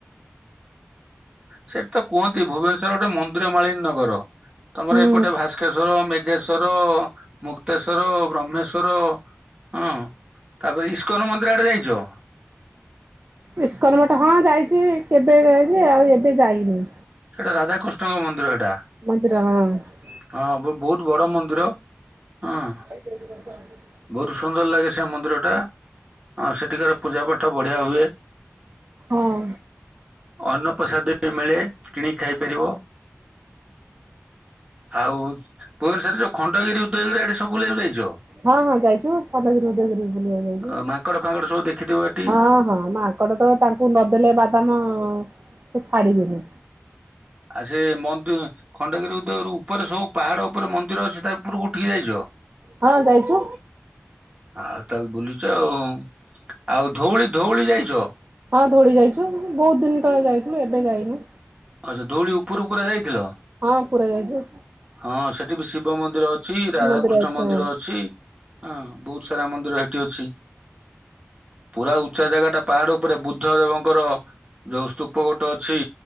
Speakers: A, on the right (about 20°); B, on the right (about 45°).
A: ସେଠି ତ କୁହନ୍ତି ଭୁବନେଶ୍ୱର ଗୋଟେ ମନ୍ଦିର ମାଳିନୀ ନଗର ତମର
B: ହୁଁ।
A: ଏପଟେ ଭାସ୍କେଶ୍ଵର ମେଘ୍ ଯେଶ୍ଵର ମୁକ୍ତେଶ୍ଵର ବ୍ରହ୍ମେଶ୍ଵର ହଁ। ତାପରେ ଇସ୍କନ ମନ୍ଦିର ଆଡ଼େ ଯାଇଚ।
B: ଇସ୍କନ ମଠ ହଁ ଯାଇଛି କେବେ ଯାଇଛି ଆଉ ଏବେ ଯାଇନେଇ।
A: ସେଟା ରାଧାକୃଷ୍ଣଙ୍କ ମନ୍ଦିର ଏଟା।
B: ମନ୍ଦିର ହଁ
A: ହଁ ବହୁତ ବଡ ମନ୍ଦିର ହଁ।
B: <inaudible>
A: ବହୁତ ସୁନ୍ଦର ଲାଗେ ସେ ମନ୍ଦିର ଟା। ହଁ ସେଠିକାର ପୂଜା ପାଠ ବଢିଆ ହୁଏ।
B: ହଁ
A: ଅନ୍ନପ୍ରସାଦ ବି ମିଳେ କିଣିକି ଖାଇପାରିବ। ଆଉ ଭୁବନେଶରରେ ଯୋଉ ଖଣ୍ଡଗିରି ଉଦୟଗିରି ଆଡେ ସବୁ ବୁଲିବାକୁ ଯାଇଚ।
B: ହଁ ହଁ ଯାଇଛୁ ଖଣ୍ଡଗିରି ଉଦୟଗିରି। ବୁଲିବାକୁ ଯାଇଛୁ।
A: ଅ ମାଙ୍କଡ଼ ଫାଙ୍କଡ଼ ସବୁ ଦେଖିଥିବ ଏଠି।
B: ହଁ ହଁ ମାଙ୍କଡ ତ ତାଙ୍କୁ ନଦେଲେ ବାଦାମ ସେ ଛାଡ଼ିବେନି।
A: ଆ ସେ ମନ୍ଦି ଖଣ୍ଡଗିରି ଉଦୟଗିରି ଉପରେ ସବୁ ପାହାଡ ଉପରେ ମନ୍ଦିର ଅଛି ତା ଉପରକୁ ଉଠିକି ଯାଇଚ।
B: ହଁ ଯାଇଛୁ
A: ଆଉ ତାହେଲେ ବୁଲୁଛ ଆଉ ଆଉ ଧଉଳି ଧଉଳି ଯାଇଚ଼।
B: ହଁ ଧଉଳି ଯାଇଛୁ ବହୁତ ଦିନ ତଳେ ଯାଇଥିଲୁ ଏବେ ଯାଇନି।
A: ଆଛା ଧୌଳି ଉପରକୁ ପୁରା ଯାଇଥିଲ।
B: ହଁ ପୁରା ଯାଇଚୁ।
A: ହଁ ସେଠି ବି ଶିବ ମନ୍ଦିର ଅଛି ରାଧାକୃଷ୍ଣ
B: ମନ୍ଦିର ଅଛି
A: ମନ୍ଦିର
B: ହଁ
A: ଅଛି। ହଁ ବହୁତ ସାରା ମନ୍ଦିର ହେଠି ଅଛି। ପୁରା ଉଚ୍ଚା ଜାଗାଟା ପାହାଡ଼ ଓପରେ ବୁଦ୍ଧ ଦେବଙ୍କର ଯୋଉ ସ୍ତୁପ ଗୋଟ ଅଛି